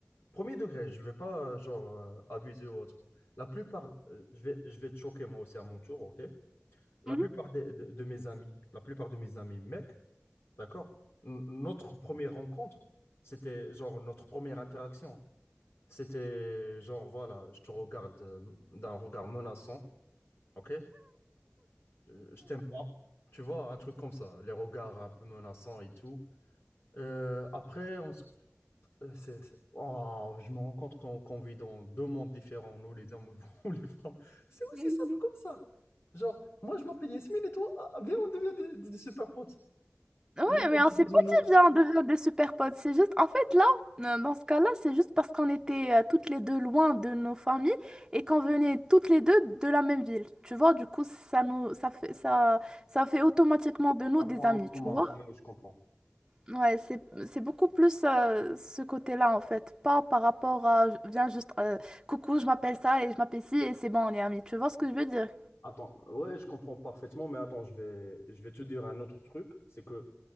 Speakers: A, on the left; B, on the right.
A: Premier degré, je vais pas, euh, genre, euh, abuser ou autre. La plupart, euh, je vais, je vais te choquer moi aussi à mon tour, ok? La
B: Mhm.
A: plupart des- de, de mes amis, la plupart de mes amis mecs, d'accord? N- Notre première rencontre, c'était genre notre première interaction. C'était genre, voilà, je te regarde euh, d'un regard menaçant, ok? Euh, je t'aime pas. Tu vois, un truc comme ça, les regards un peu menaçants et tout. Euh, après, on se Euh, c'est- c'est- Oh, je me rends compte qu'on qu'on vit dans deux mondes différents, nous les hommes <laughs> ou les femmes. C'est aussi
B: Mhm.
A: simple comme ça. Genre, moi je m'appelle Yasmine et toi, ah, viens, on devient des, des- des super potes.
B: Ouais,
A: Et Le monde
B: mais on
A: des
B: s'est
A: bisounours.
B: pas dit, viens, on devient des super potes. C'est juste, en fait, là, euh, dans ce cas-là, c'est juste parce qu'on était euh, toutes les deux loin de nos familles et qu'on venait toutes les deux de la même ville. Tu vois, du coup, ça nous, ça fait, ça, ça fait automatiquement de nous
A: Un
B: des
A: point
B: amis,
A: en commun,
B: tu vois.
A: ouais, je comprends.
B: Ouais, c'est, c'est beaucoup plus euh, ce côté-là, en fait. Pas par rapport à, viens juste, euh, coucou, je m'appelle ça et je m'appelle ci et c'est bon, on est amis. Tu vois ce que je veux dire?
A: Attends, ouais, je comprends parfaitement, mais attends, je vais, je vais te dire un autre truc. C'est que